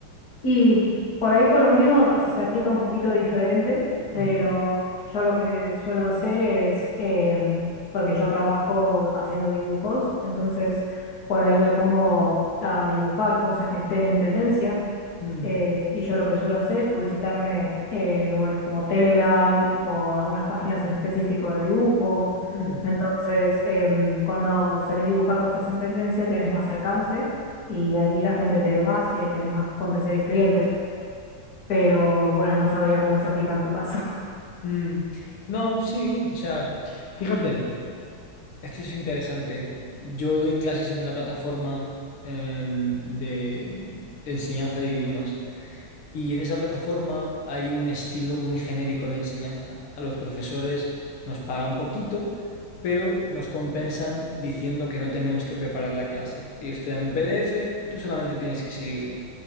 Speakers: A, on the left; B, on the left.
A: Y por ahí con lo mío se aplica un poquito diferente, pero
B: Ujú.
A: yo lo que suelo hacer es, em, porque yo trabajo haciendo dibujos, entonces por ahí me pongo a dibujar cosas que estén en tendencia.
B: Mm,
A: Eh, y yo lo que suelo hacer es publicitarme en lugares como Telegram o algunas páginas en específico de dibujo.
B: mm,
A: Entonces, em, cuando solés dibujar cosas en tendencia, tenés más alcance y ahí la gente te ve más y ahí tenés más potenciales clientes. Pero bueno, no sabría cómo se aplica en tu caso. <laughs>
B: mm. No, sí, o sea, fíjate, esto es interesante. Yo doy clases en una plataforma em, de, de enseñanza de idiomas Y en esa plataforma hay un estilo muy genérico de enseñanza. A los profesores nos pagan poquito, pero nos compensan diciendo que no tenemos que preparar la clase. Ellos te dan un PDF y tú solamente tienes que seguirlo.